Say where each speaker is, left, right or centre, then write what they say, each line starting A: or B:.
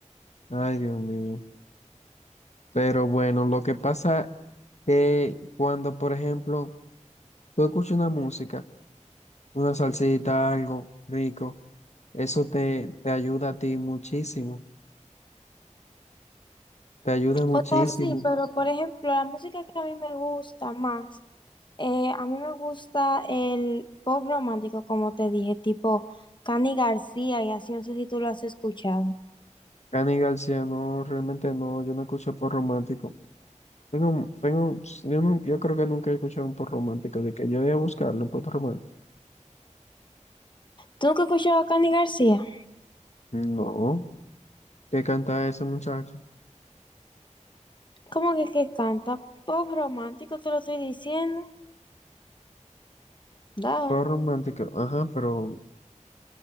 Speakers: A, on the left; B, on the left.
A: Ay, Dios mío. Pero bueno, lo que pasa que cuando, por ejemplo, tú escuchas una música, una salsita, algo rico, eso te, te ayuda a ti muchísimo. Te ayuda muchísimo.
B: O sea, sí, pero por ejemplo, la música que a mí me gusta más, eh, a mí me gusta el pop romántico, como te dije, tipo Cani García, y así no sé si tú lo has escuchado.
A: Cani García, no, realmente no, yo no escucho pop romántico. Tengo, tengo, yo, no, yo creo que nunca he escuchado un pop romántico, de que yo voy a buscarlo, un pop romántico.
B: ¿Tú nunca has escuchado a Cani García?
A: No, ¿qué canta ese muchacho?
B: ¿Cómo que, que canta? Pop romántico, te lo estoy diciendo. Da.
A: Pop romántico, ajá, pero